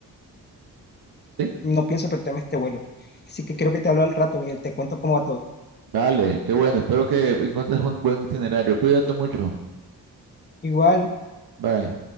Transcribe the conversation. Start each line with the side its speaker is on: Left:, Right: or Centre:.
Right: ¿Sí?
Left: no pienso perderme este vuelo. Así que creo que te hablo al rato, Miguel, te cuento cómo va todo.
Right: Vale, qué bueno. Espero que encuentres un buen itinerario. Cuídate mucho.
Left: Igual.
Right: Bye.